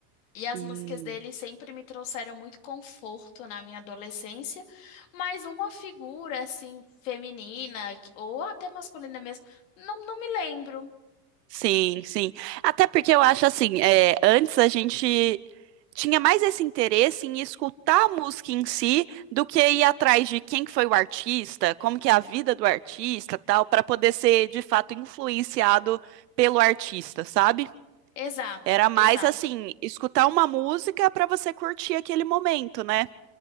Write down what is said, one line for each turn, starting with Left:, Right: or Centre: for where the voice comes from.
Left: e as
Right: Hum.
Left: músicas dele sempre me trouxeram muito conforto na minha adolescência, mas uma figura, assim, feminina, que- ou até masculina mesmo, não, não me lembro.
Right: Sim, sim. Até porque eu acho assim, é, antes a gente tinha mais esse interesse em escutar a música em si do que ir atrás de quem que foi o artista, como que é a vida do artista, tal, para poder ser de fato influenciado pelo artista, sabe?
Left: Exato,
Right: Era mais
Left: exato.
Right: assim, escutar uma música para você curtir aquele momento, né?